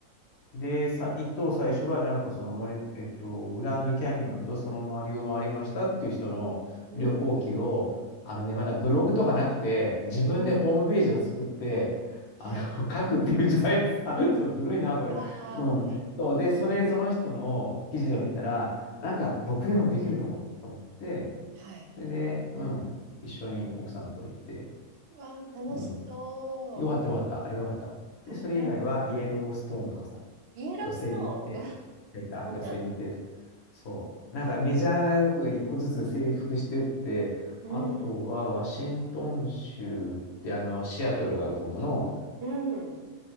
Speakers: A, on the left; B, on the right.
A: で、さ、一等最初はなんかその森、えっと、グランドキャニオンとその周りを回りましたっていう人の旅行記を、
B: うん
A: あのね、
B: うん
A: まだブログとかなくて、自分でホームページを作って、
B: うんはい
A: あの、<laughs> 書くっていう時代、あ、そう、古いな、これ。
B: いやー、
A: うん。
B: はい。
A: そうで、それ、その人の記事を見たら、なんか僕でもできるかもと思って、
B: うん、はい。
A: それで、うん、一緒に奥さんと行って、
B: うわー、楽しそ
A: うん。よかったよかった。あれはよかった。
B: う。
A: で、
B: あー、
A: それ以外はイエローストーンとかさ、
B: グランドキャニオン。イエローストーン。
A: 寄せみてと。
B: うわ、
A: 出た、
B: そんな、
A: 寄せみてとか。そう。なんかメジャーなよく一個ずつ征服してって、
B: な、うん、
A: あとはワシントン州ってあの、シアトルがある方の、
B: うん。